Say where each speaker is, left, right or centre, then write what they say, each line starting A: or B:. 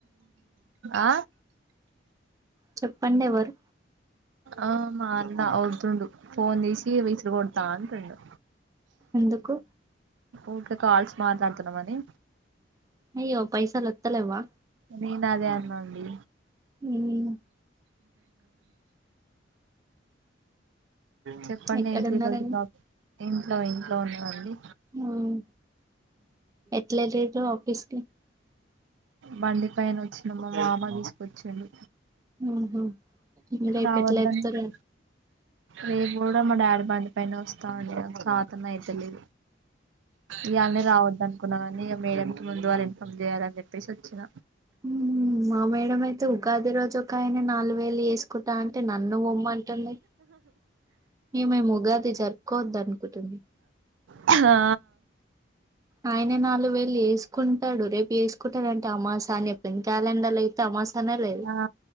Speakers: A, on the right; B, on the right.
A: ఆ
B: చెప్పండి ఎవరు?
A: ఆ మా అన్న ఒరుతుండు ఫోన్ తీసి విసురా కొడతా అంటుండు.
B: ఎందుకు?
A: ఊకే కాల్స్ మాట్లాడుతున్నావు అని
B: అయ్యో పైసల్ ఒత్తలేవ్వా
A: నేను అదే అన్న అండి.
B: ఉమ్
A: చెప్పండి
B: ఎక్కడున్నారండి
A: ఏంటిది ఈ రోజు టాపిక్ ఇంట్లో ఇంట్లో ఉన్నావండి.
B: మ్ ఎట్ల ఎల్లిర్రు ఆఫీసు కి
A: బండి పైన వచ్చిన మా మామ తీసుకొచ్చిండు.
B: ఉహుం రేపు
A: రావద్దనుకున్న
B: ఎట్లా ఎక్తరో ఏమో
A: రేపు కూడా మా డాడీ బండి పైనే వస్తా అండి ఆ కార్ తన్నా అయితే లేదు ఈయాలనే రావద్దు అనుకున్నా గాని ఇక మేడం కి ముందు వాళ్ళ ఆప్జెయాలి అని చెప్పేసి వచ్చిన
B: ఉమ్ మా మేడం అయితే ఉగాది రోజు ఒకయనా నాల్గు వేలు ఏస్ కుటా అంటే నన్ను ఒమ్మంటుంది. ఇగ మేమ్ ఉగాది జరుపుకోవద్ద అనుకుంటుంది.
A: క్హ్ ఆ
B: ఆయన నాలుగు వేళ్ళు ఏసుకుంటాడు. రేపు ఏసుకుంటాడుంటే తమాశాని ఎప్పింది కాలెండర్ల యుత్తే అమాశానే లేదు.
A: ఆ